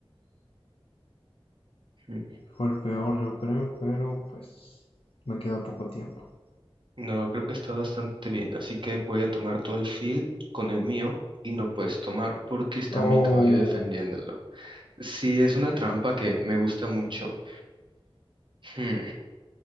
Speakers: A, on the right; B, on the left.
A: Mm.
B: Fue el peor, yo creo, pero pues me queda poco tiempo.
A: No, creo que está bastante bien, así que voy a tomar tu alfil con el mío y no puedes tomar porque está
B: Oh,
A: mi caballo defendiéndolo. Sí, es una trampa que me gusta mucho. Hmm,